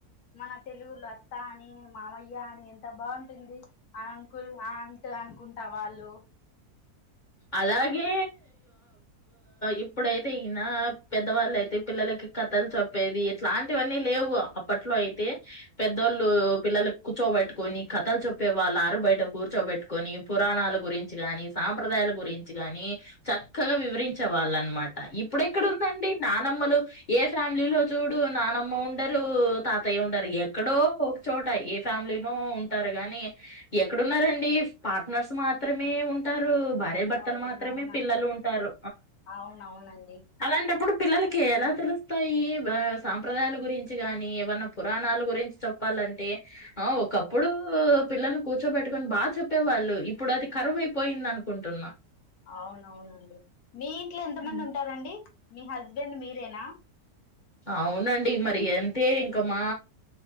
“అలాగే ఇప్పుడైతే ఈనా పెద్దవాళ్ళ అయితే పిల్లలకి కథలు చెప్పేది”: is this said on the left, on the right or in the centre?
Left